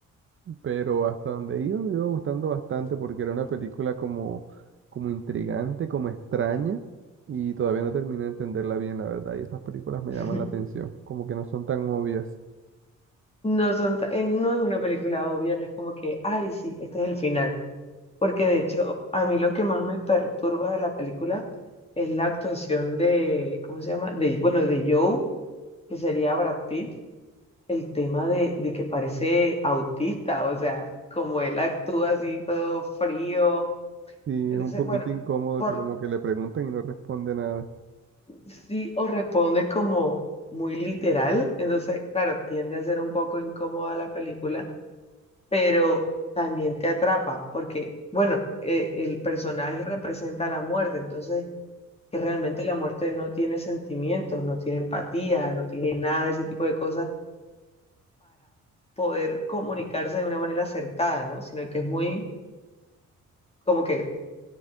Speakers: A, on the right; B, on the left.
A: pero hasta donde iba me iba gustando bastante porque era una película como, como intrigante, como extraña, y todavía no terminé de entenderla bien, la verdad. Y esas películas me
B: <laughs>
A: llaman la atención, como que no son tan obvias.
B: No son, ta- eh, no es una película obvia, no es como que, ay, sí, este es el final. Porque de hecho, a mí lo que más me perturba de la película es la actuación de, ¿cómo se llama? De, bueno, de Joe, que sería Brad Pitt. el tema de, de que parece autista, o sea, como él actúa así todo frío.
A: Sí, es
B: Entonces,
A: un poquito
B: bueno,
A: incómodo
B: por
A: que como que le preguntan y no responde nada.
B: sí o responde como muy literal, entonces, claro, tiende a ser un poco incómoda la película, pero también te atrapa, porque, bueno, eh, el personaje representa la muerte, entonces, que realmente la muerte no tiene sentimientos, no tiene empatía, no tiene nada de ese tipo de cosas, poder comunicarse de una manera acertada, ¿no? Sino que es muy como que